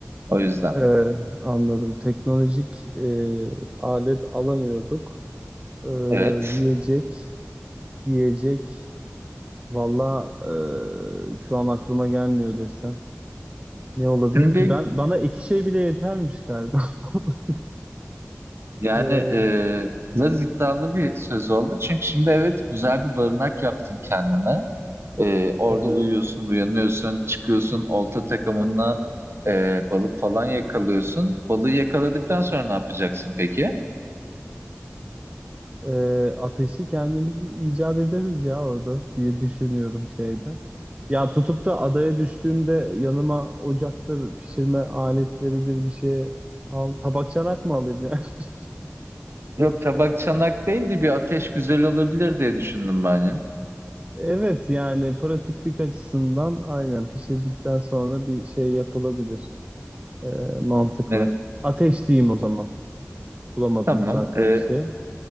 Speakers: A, on the right; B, on the right.
A: o yüzden.
B: Ee, anladım. Teknolojik e, alet alamıyorduk. Ee,
A: Evet.
B: yiyecek, giyecek. Valla e, şu an aklıma gelmiyor desem. Ne olabilir
A: Şimdi
B: ki? Ben bana iki şey bile yetermiş galiba. <laughs>
A: yani
B: Ee,
A: e, biraz iddialı bir söz oldu. Çünkü şimdi evet güzel bir barınak yaptın kendine. E, orada
B: evet.
A: uyuyorsun, uyanıyorsun, çıkıyorsun, olta takımına e, balık falan yakalıyorsun. Balığı yakaladıktan sonra ne yapacaksın peki?
B: e, ateşi kendimiz icat ederiz ya orada diye düşünüyorum şeyde. Ya tutup da adaya düştüğümde yanıma ocaktır, pişirme aletleridir bir şey al. Tabak çanak mı alayım ya? <laughs>
A: Yok tabak çanak değildi bir ateş güzel olabilir diye düşündüm ben ya.
B: Evet yani pratiklik açısından aynen pişirdikten sonra bir şey yapılabilir. E, mantıklı.
A: Evet,
B: Ateş diyeyim o zaman. Bulamadım
A: tamam.
B: zaten
A: Ee,
B: bir şey.